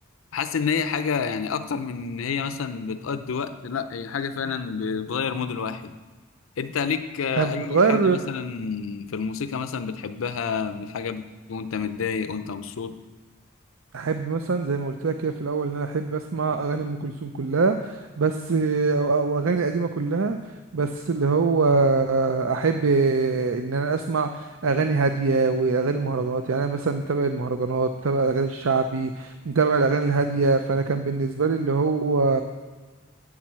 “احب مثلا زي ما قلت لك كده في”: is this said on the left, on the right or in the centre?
Right